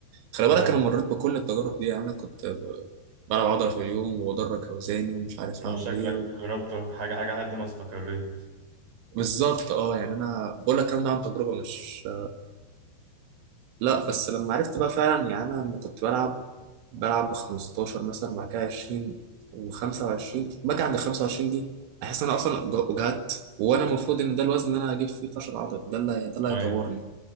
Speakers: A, on the right; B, on the right.
A: خلي
B: امم
A: بالك انا مريت بكل التجارب دي يعني انا كنت ب- بلعب عضله في اليوم وبدرج اوزاني ومش عارف
B: لو
A: اعمل
B: شكلك
A: ايه و...
B: جربت حاجة حاجة لحد ما استقريت
A: بالظبط اه يعني انا بقول لك الكلام ده عن تجربه مش لا بس لما عرفت بقى فعلا يعني انا لما كنت بلعب بلعب ب 15 مثلا وبعد كده 20 و25 باجي عند 25 دي احس ان انا اصلا جا- وجعت وانا المفروض ان ده الوزن اللي انا هجيب فيه فشل عضلي ده اللي ده اللي
B: ايوه
A: هيطورني